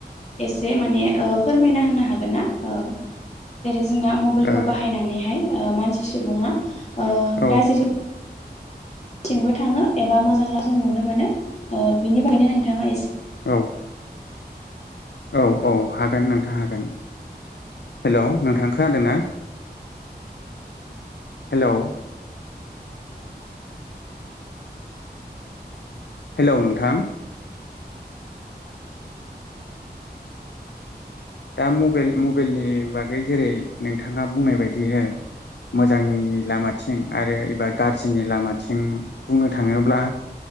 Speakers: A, on the left (about 40°); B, on the left (about 85°).
A: एसे माने फोरमायना होनो हागोनना जेरै जोंना मबाइलखौ
B: ओ
A: बाहायनानैहाय मानसि सुबुङा ओ
B: औ
A: गाज्रि थिंबो थाङो एबा मोजांब्ला जों नुनो मोनो बिनि बागायनो नोंथाङा एसे
B: औ औ औ हागोन नोंथाङ हागोन हेल नोंथां खोादों ना हेलौ हेलौ नोंथां दा मबाइ मबाइलनि बागै जेरै नोंथाङा बुंनाय बायदिनो मोजांनि लामाथिं आरो एबा गाज्रिनि लामाथिं बुंनो थाङोब्ला